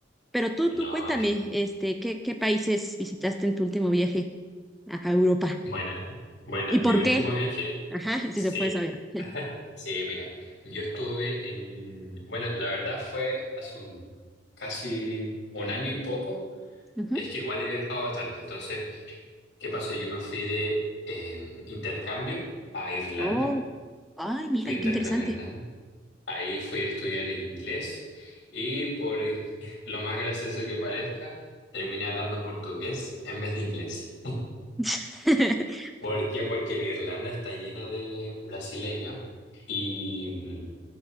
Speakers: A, in the centre; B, on the left (about 65°).
A: Pero tú, tú
B: No,
A: cuéntame, este, ¿qué, qué países visitaste en tu último viaje a Europa?
B: Bueno, bueno,
A: ¿Y
B: mi
A: por
B: último
A: qué?
B: viaje,
A: Ajá,
B: sí.
A: si se puede saber. <laughs>
B: <laughs> Sí, mira, yo estuve en, bueno, la verdad fue hace un, casi un año y poco.
A: Ujú.
B: Es que igual he viajado bastante. Entonces, ¿qué pasó? Yo me fui de eh, intercambio a Irlanda.
A: Oh, ay, mira,
B: Fui a intercambio
A: qué interesante.
B: a Irlanda. Ahí fui a estudiar inglés y por <laughs> lo más gracioso que parezca, terminé hablando portugués en vez de inglés.
A: <laughs>
B: ¿Por qué? Porque en Irlanda está lleno de brasileños y mm,